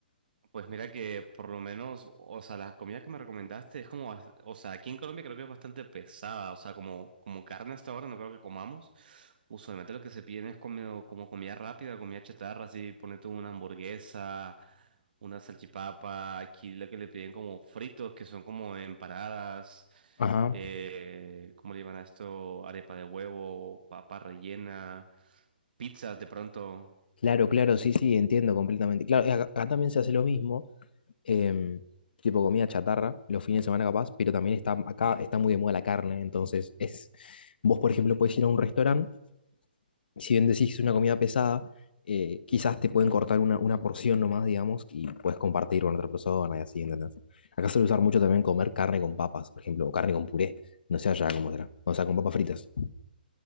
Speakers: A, on the right; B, on the left.
A: Pues mira que por lo menos, o sea, la comida que me recomendaste es como, bas- o sea, aquí en Colombia creo que es bastante pesada, o sea, como, como carne hasta ahora no creo que comamos. Usualmente lo que se piden es como, como comida rápida, comida chatarra, así, ponete una hamburguesa, una salchipapa, aquí lo que le piden como fritos, que son como empanadas,
B: Ajá.
A: eh, ¿cómo le llaman a esto? Arepa de huevo, papa rellena, pizzas de pronto.
B: Claro, claro, sí, sí, entiendo completamente. Claro, acá, acá también se hace lo mismo, em, tipo comida chatarra, los fines de semana capaz, pero también está, acá está muy de moda la carne, entonces es, vos por ejemplo podés ir a un restaurante si bien decís que es una comida pesada, eh, quizás te pueden cortar una, una porción nomás, digamos, y puedes compartir con otra persona y así, ¿entendés? Acá suele usar mucho también comer carne con papas, por ejemplo, o carne con puré, no sé allá cómo será, o sea, con papas fritas.